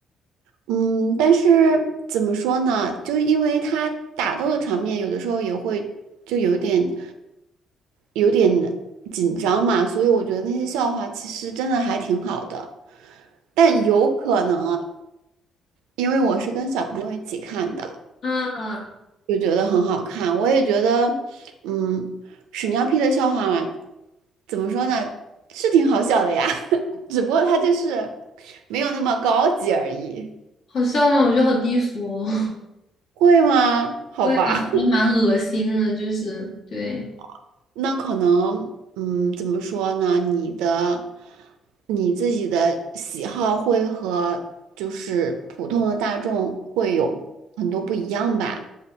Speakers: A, on the right; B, on the left.
A: 嗯，但是怎么说呢？就因为他打斗的场面有的时候也会就有点有点紧张嘛，所以我觉得那些笑话其实真的还挺好的。但有可能，
B: <laughs>
A: 因为我是跟小朋友一起看的。
B: 啊。
A: 就觉得很好看。我也觉得，嗯，屎尿屁的笑话嘛，怎么说呢，是挺好笑的呀，<laughs> 只不过它就是没有那么高级而已。
B: 好笑吗？我觉得好低俗哦，
A: 会吗？
B: <laughs>
A: 好吧，
B: 我也觉得蛮恶心的，就是对
A: <laughs> 那可能，嗯，怎么说呢？你的你自己的喜好会和就是普通的大众会有很多不一样吧。